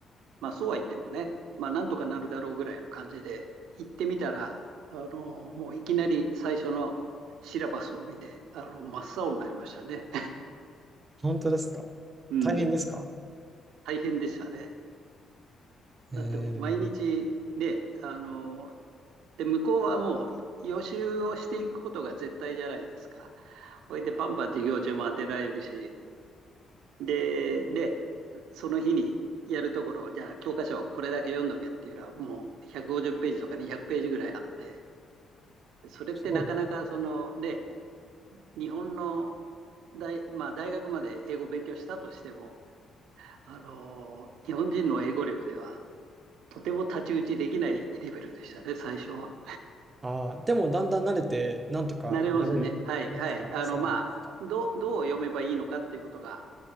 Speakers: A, on the right (about 85°); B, on the right (about 30°).
A: まあ、そうは言ってもね、まあ、なんとかなるだろうぐらいの感じで行ってみたら、あのもういきなり最初のシラバスを見て、あの真っ青になりましたね。
B: 本当ですか。
A: <laughs> うん、
B: 大変ですか。
A: 大変でしたね。
B: へえー、
A: だってもう毎日ね、あので、向こうはもう予習をしていくことが絶対じゃないですか。それでバンバン授業中も当てられるし、で、で、その日にやるところ、じゃあ教科書これだけ読んどけっていうのはもう150ページとか200ページぐらいあって、それってなかなかその、
B: すごいです。そ
A: ね、日本の大、まあ、大学まで英語を勉強したとしても、あの、日本人の英語力ではとても太刀打ちできないレベルでしたね、最初は。
B: あーでもだんだん慣れて、なんとかなれますか。
A: なりますね。はい、はい。あの、
B: そうなんですか。
A: まあ、ど、どう読めばいいのかっていうことが